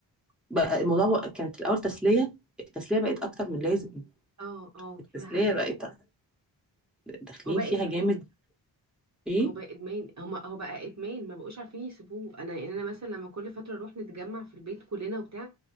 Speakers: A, in the centre; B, on the right.
A: بقى الموضوع بقى- كانت الاول تسليه التسليه بقت اكتر من لازم
B: اه اه
A: التسليه
B: ده حقيقي
A: بقت داخلين
B: هو بقى
A: فيها
B: ادمان
A: جامد ايه
B: هو بقى ادمان هو هو بقى ادمان ما بقوش عارفين يسيبوه انا يعني انا مثلا لما كل فتره نروح نتجمع في البيت كلنا وبتاع